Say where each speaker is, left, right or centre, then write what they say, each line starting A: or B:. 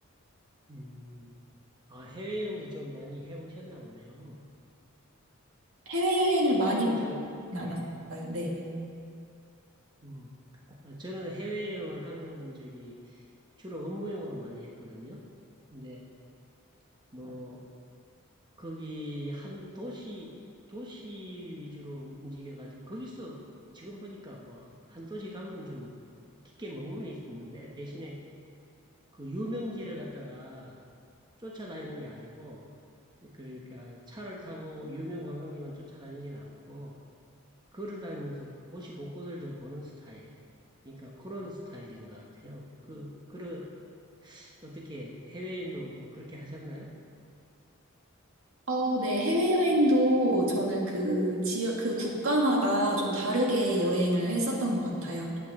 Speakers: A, on the right; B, on the right.
A: 음, 아, 해외여행도 좀 많이 해보셨나 보네요.
B: 해외여행을 많이
A: 저는 저
B: 나았어요
A: 예,
B: 네.
A: 음, 아, 저는 해외여행을 하면은 저기 주로 업무용으로 많이 했거든요. 근데 음. 뭐 거기 한 도시, 도시 위주로 움직여가지고, 거기서 지금 보니까 뭐, 한 도시 가면 좀 깊게 머물러 있었는데, 대신에 그 유명지를 갖다가 쫓아다니는 게 아니고, 그러니까 차를 타고 유명 관광지만 쫓아다니지는 않고, 걸어다니면서 도시 곳곳을 좀 보는 스타일. 그러니까 그런 스타일인 것 같아요. 그, 그러, 어떻게 해외여행도 뭐 그렇게 하셨나요?
B: 어, 네. 해외여행도 저는 그 지역, 그 국가마다 좀 다르게 여행을 했었던 것 같아요.